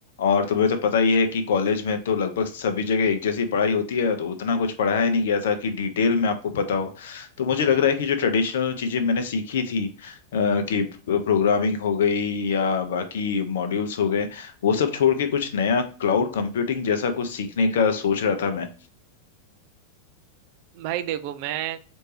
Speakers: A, on the left (about 60°); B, on the right (about 45°).
A: और तुम्हें तो पता ही है कि कॉलेज में तो लगभग सभी जगह एक जैसी पढ़ाई होती है तो उतना कुछ पढ़ाया नहीं गया था कि डिटेल में आपको पता हो तो मुझे लग रहा है कि जो ट्रेडिशनल चीज़ें मैंने सीखी थी अ, कि प्रोग्रामिंग हो गई या बाकी मॉड्यूल्स हो गए वो सब छोड़ के कुछ नया क्लाउड कंप्यूटिंग जैसा कुछ सीखने का सोच रहा था मैं
B: भाई देखो मैं